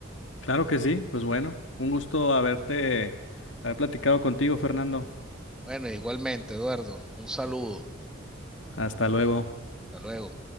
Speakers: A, on the left; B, in the centre.
A: Claro que sí, pues bueno, un gusto haberte, haber platicado contigo, Fernando.
B: Bueno, igualmente, Eduardo, un saludo.
A: Hasta luego.
B: Hasta luego.